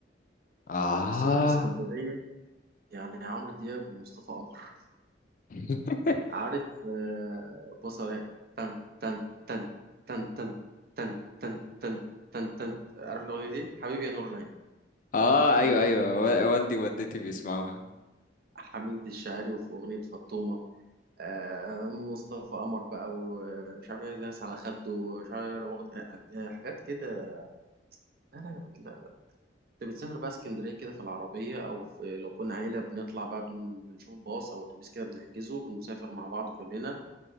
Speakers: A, on the left (about 45°); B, on the right (about 55°).
A: اه
B: والسفر لاسكندريه يعني عمرو دياب ومصطفى قمر
A: <laughs>
B: عارف آه، بصرة تن تن تن تن تن تن تن تن تن تن عارف الأغنية دي حبيبي يا نور العين
A: اه ايوه
B: حبيبي
A: ايوه
B: يا نور العين
A: والدي ووالدتي بيسمعوها
B: حميد الشاعري وفي أغنية فطومة آه، مصطفى قمر بقى ومش عارف ايه ناس على خده ومش عارف إيه، لو واخد- آه، آه، حاجات كده لا لا يا راجل لا انت بتسافر بقى اسكندريه كده في العربيه او في لو كنا عيله بنطلع بقى بن- بنشوف باص او اتوبيس كده بنحجزه ونسافر مع بعض كلنا